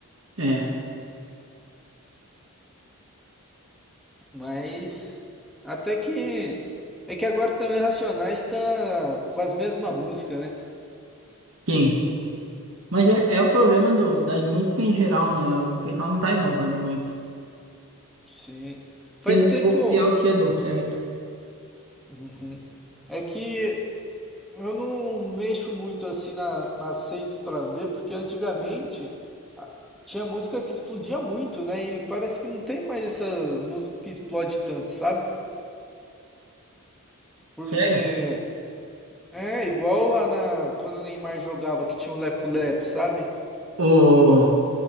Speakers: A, on the right; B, in the centre.
A: É.
B: Mas até que é que agora também Racionais tá com as mesmas músicas, né?
A: Quem? Mas é, é o problema do- das músicas em geral, né? O pessoal não tá inovando muito.
B: Sim. Faz
A: Tendo
B: tempo
A: copiar o que já deu certo.
B: Uhum. é que eu não mexo muito assim na, nas redes pra ver, porque antigamente a- tinha música que explodia muito, né? E parece que não tem mais essas músicas que explodem tanto, sabe? Porque
A: Sério?
B: é igual lá na quando o Neymar jogava que tinha o Lepo Lepo, sabe?
A: O,